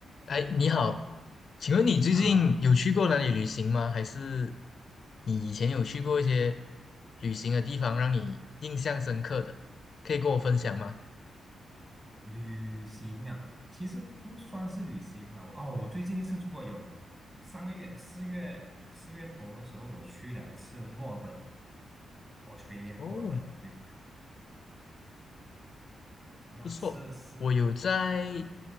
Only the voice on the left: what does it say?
哎，你好，请问你最近有去过哪里旅行吗？
还是你以前有去过一些旅行的地方，让你印象深刻的，可以跟我分享吗？
哦，
不错，我有在